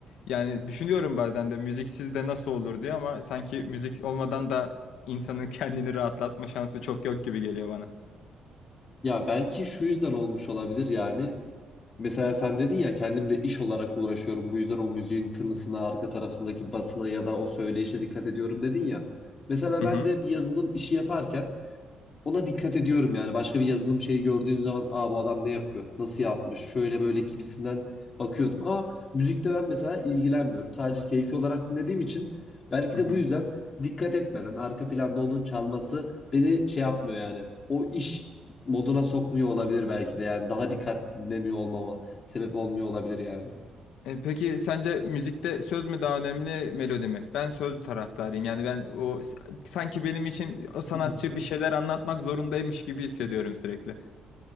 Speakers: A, on the left; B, on the left.
A: Yani düşünüyorum bazen de müziksiz de nasıl olur diye ama sanki müzik olmadan da insanın <laughs> kendini rahatlatma şansı çok yok gibi geliyor bana.
B: Ya belki şu yüzden olmuş olabilir yani. Mesela sen dedin ya kendimde iş olarak uğraşıyorum. Bu yüzden o müziğin tınısına, arka tarafındaki basına ya da o söyleyişe dikkat ediyorum dedin ya. Mesela
A: Hı
B: ben
A: hı.
B: de bir yazılım işi yaparken Ona dikkat ediyorum yani. Başka bir yazılım şeyi gördüğün zaman aa bu adam ne yapıyor? Nasıl yapmış? Şöyle böyle gibisinden bakıyordum. Ama müzikle ben mesela ilgilenmiyorum. Sadece keyfi olarak dinlediğim için belki
A: hı
B: de
A: hı.
B: bu yüzden dikkat etmeden arka planda onun çalması beni şey yapmıyor yani. O iş moduna sokmuyor olabilir belki de yani. Daha dikkatli dinlemiyor olmama sebep olmuyor olabilir yani.
A: E, peki sence müzikte söz mü daha önemli, melodi mi? Ben söz taraftarıyım. Yani ben o sanki benim için o sanatçı
B: <clears throat>
A: bir şeyler anlatmak zorundaymış gibi hissediyorum sürekli.